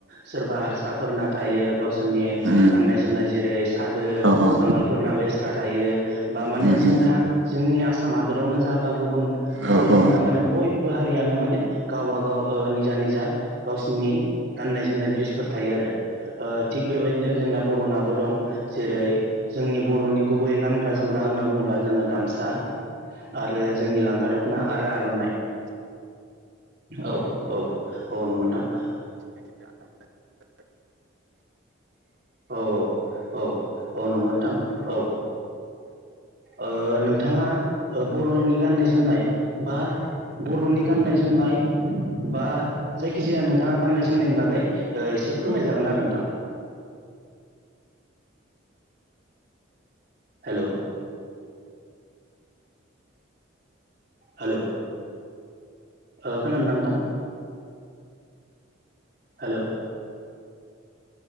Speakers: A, on the right (about 45°); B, on the right (about 70°).
A: सोरबा हारसाफोरना थायो गावसो फोरनि
B: उम
A: गाननाय जोमनाय जेरै सादोर
B: औ औ
A: बांगालफोरनाबो एक्सट्रा थायो बा
B: उम
A: माने जोंनिया
B: उम
A: जोंनि आसाम हादरावनो जा बा गुबुन हादरावनो
B: औ औ
A: जा माने बयबो हारियानो माने गावबा गाव ओ निजा निजा गावसिनि गान्नाय जोमनाय ड्रेसफोर थायो आरो। ओ थिग बेबायदिनो जोंना बर'नाबो दं। जेरै जोंनि बर'नि गुबै गानग्रा- जोमग्रा होनना बुङो, ब्ला जोङो गामसा आरो जोंनि लांगा दख'ना आरो आर'नाइ। औ औ औ नंगौ नोंथां। <inaudible> औ औ औ औ नंगौ नोंथां औ। ओ नोंथाङा ओ बर'नि गाननाय जोमनाय बा बर'नि गाननाय जोमनाय बा जायखिजाया नोंथाङा गाननाय- जोमनायनि बागै एसे फोरमायजागोन आरो नोंथां,
B: <inaudible>
A: हेलौ। हेलौ ओ खोनादों ना नोंथां? हेलौ।